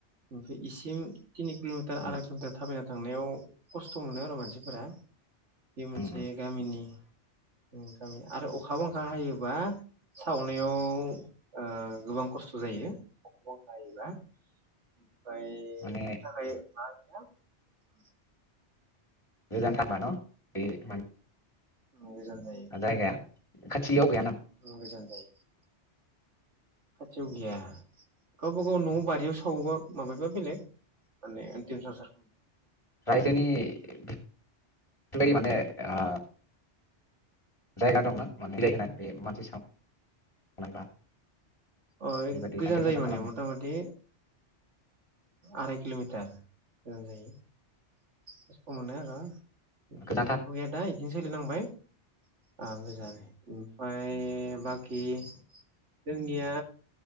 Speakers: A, on the right; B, on the left.
A: बे इसिम तिनि किलमिटार
B: उम
A: आराय किलमिटार थाबायना थांनायाव खस्थ' मोनो आरो मानसिफोरा। बे मोनसे
B: उम उम
A: गामिनि उम गामिनि आरो अखा बांखा हायोबा सावनायाव ओ गोबां खस्थ जायो। अखा बांखा हायोबा उम। ओमफ्राय बिनि
B: माने
A: थाखाय मा गैया? उम।
B: गोजान थां बा न' बे माने
A: उम गोजान जायो।
B: जायगाया खाथियाव गैया ना।
A: ओ गोजान जायो। खाथियाव गैया। गावबागाव
B: नामा
A: नआव बारियाव सावोबा। माबेबा बेलेग माने अन्तिम संस्कार
B: रायजोनि बेबायदि माने ओ जायगा दङ माने बे मानसि सावनाय बा
A: अ
B: बेबायदि
A: गोजान
B: आथिं संसार
A: जायो माने
B: खालामनाय
A: मथा मथि आराय किल'मिटार गोजान जायो खस्थ' मोनो आरो। <unintelligible>
B: गोजाथार
A: सोलिनांबाय ओ गोजान ओमफ्राय बाखि जोंनिया